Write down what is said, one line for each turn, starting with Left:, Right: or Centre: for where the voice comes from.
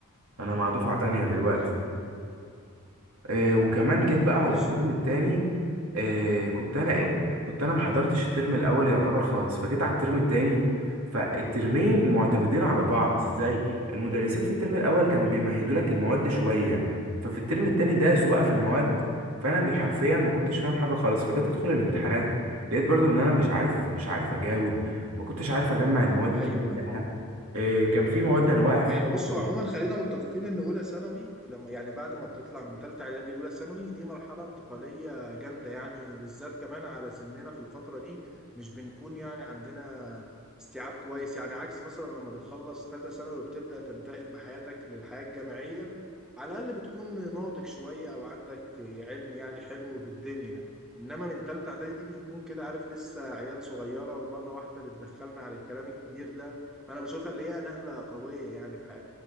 Right: أنا مع دفعة تانية دلوقتي
Centre: ايوه
Right: آه وكمان جيت بقى على
Centre: بص
Right: الترم التاني آه كنت انا
Centre: اه
Right: ايه كنت انا محضرتش الترم الاول يعتبر خالص فجيت على الترم التاني فالترمين معتمدين على بعض ازاي المدرسين في الترم الاول كانوا بيمهدوا لك المواد شويه ففي الترم التاني داسوا بقى في المواد فانا م- حرفيا ما كنتش فاهم حاجه خالص فجيت ادخل الامتحانات لقيت برضو ان انا مش عارف مش عارف اجاوب ما كنتش عارف اجمع المواد دي
Centre: ايوه
Right: كلها
Centre: أيوه.
Right: آه كان في مواد انا واقع فيها
Centre: ايوه بصوا
Right: خالص
Centre: عموما خلينا متفقين ان اولى ثانوي لما يعني بعد ما بتطلع من ثالثه اعدادي لاولى ثانوي دي مرحله انتقاليه جامده يعني بالذات كمان على سننا في الفتره دي مش بنكون يعني عندنا استيعاب كويس يعني عكس مثلا لما بتخلص ثالثه ثانوي وبتبدا تنتقل بحياتك للحياه الجامعيه على الاقل بتكون ناضج شويه او عندك علم يعني حلو بالدنيا يعني. انما من ثالثه اعدادي دي بنكون كده عارف لسه عيال صغيره ومره واحده بتدخلنا على الكلام الكبير ده فانا بشوفها اللي هي نقله قويه يعني في حياه